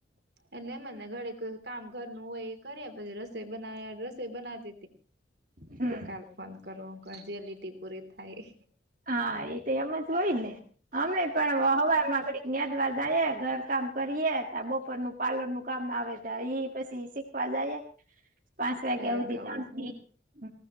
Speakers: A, on the right; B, on the right.
A: એટલે મનેને ઘરે કામ ઘરનું હોય એ કર્યા પછી રસોઈ બનાવ્યા. સ બ ના ત
B: હમ
A: કાલ ફોન કર જ પુરી થાય.
B: હા એ તો એમ જ હોય ને અમે પણ હવાર માંડી <unintelligible> જાઈએ ઘર કામ કરીએ ત બપોર નું પાલન નું કામ આવે ત ઈ પછી શીખવા જઈએ. પાંચ વાગ્યા
A: તે
B: સુધી
A: કેવું
B: ત્રણથી હ